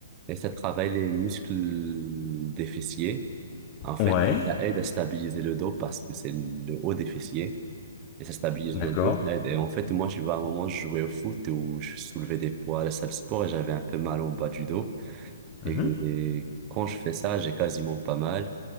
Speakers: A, on the right (about 25°); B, on the left (about 25°).
A: Et ça travaille les muscles des fessiers. En fait,
B: Ouais,
A: ça aide à stabiliser le dos parce que c'est le haut des fessiers. Et ça stabilise
B: d'accord.
A: le dos, ça aide. Et en fait, moi, je vois, à un moment, je jouais au foot où je soulevais des poids à la salle de sport et j'avais un peu mal en bas du dos. Et,
B: Mhm.
A: et quand je fais ça, j'ai quasiment pas mal.